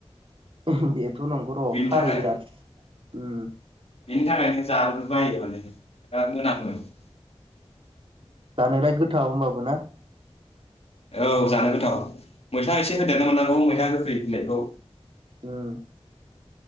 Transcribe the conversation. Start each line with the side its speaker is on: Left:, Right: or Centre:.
Right: उहोम बेथ' नंगौर'
Left: बेनि
Right: खारो
Left: थाखाय
Right: बिराद उम
Left: बेनि थाखायनो जानो बायो माने बिराद मोनामो ।
Right: जानोलाय गोथाव होमबाबो ना ।
Left: औ जानो गोथाव मैथा एसे होदेरनो मोननांगौ मैथा गोखै बिलायखौ ।
Right: उम